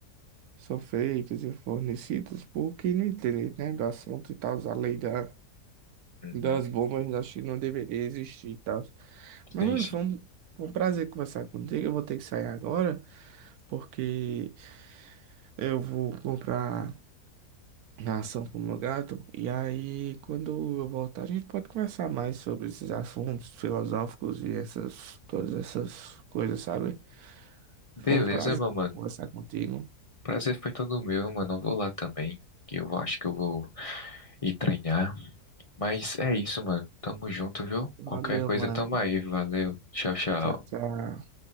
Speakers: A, on the right; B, on the left.
A: são feitas e fornecidas por quem não entende, né? Do assunto e tal, a lei da.
B: Uhum,
A: das bombas, acho que não deveria existir e tal. Mas,
B: sim,
A: mano,
B: sim.
A: foi um, foi um prazer conversar contigo. Eu vou ter que sair agora, porque eu vou comprar ração pro meu gato. E aí, quando eu voltar, a gente pode conversar mais sobre esses assuntos filosóficos e essas, todas essas coisas, sabe?
B: Beleza,
A: Foi um prazer
B: meu mano.
A: conversar contigo.
B: Prazer foi todo meu, mano. Eu vou lá também. que Eu acho que eu vou ir treinar. Mas é isso, mano. Tamo junto, viu?
A: Valeu,
B: Qualquer coisa,
A: mano.
B: tamo aí. Valeu. Tchau, tchau.
A: Tchau, tchau.